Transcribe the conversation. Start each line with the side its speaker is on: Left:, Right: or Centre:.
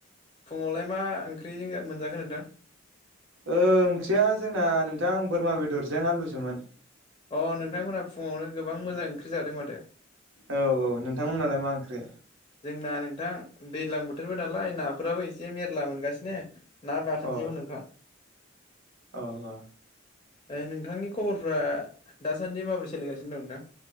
Left: फुङावलाय मा ओंख्रिजों ज मोनजाखो नोंथां
Right: ओंख्रिया जोंना नोंथां बोरमा बेदरजों आलुसोमोन
Left: अ नोंथांमोनहा फुङावनो गोबां मोजां ओंख्रि जादों माथो
Right: औ औ नोंथांमोनहालाय मा ओंख्रि
Left: जोंना नोंथां दैज्लां बोथोरबो नालाय नाफोराबो एसे मेरला मोनगासिनो ना बाथोनसोमोन
Right: अ
Left: नोंथां।
Right: औ औ।
Left: नोंथांनि खबरफ्रा दासान्दि माबोरै सोलिगासिनो दं नोंथां?